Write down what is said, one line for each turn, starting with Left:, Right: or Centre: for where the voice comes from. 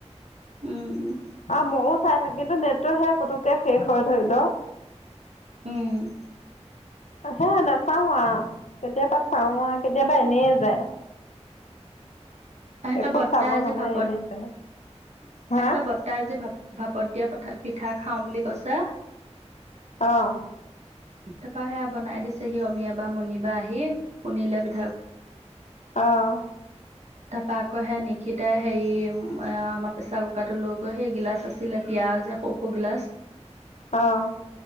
Right: উম,
Left: আ ময়ো চাই থাকো কিন্তু নেটটো সেয়া পুতুকে শেষ হয় ধৰি ল।
Right: উম,
Left: হে নাচাও আ কেতিয়াবা চাও আ কেতিয়াবা এনেয় যায়। <inaudible>
Right: আহিহতৰ
Left: একো
Right: বৰ্তা
Left: চাব
Right: আজি
Left: নহয়
Right: ভাপত
Left: এনে যায়। হা
Right: আহিতৰ বৰ্তা আজি ভাপ ভাপত দিয়া পঠা, পিঠা খাওঁ বুলি কৈছে।
Left: আহ,
Right: তাৰপৰা সেয়া বনাই দিছে সি অমিয়া বা মণ বা আহি শুনিলে পি
Left: অ'।
Right: তাৰপা আকৌ সেই নিশিতাই হেৰি আমাৰ প্ৰেচাৰ কুকাৰটো লৈ গৈ সেই গিলাচ আছিলে, পিয়াজ সৰু-সৰু গিলাচ
Left: অ', অ',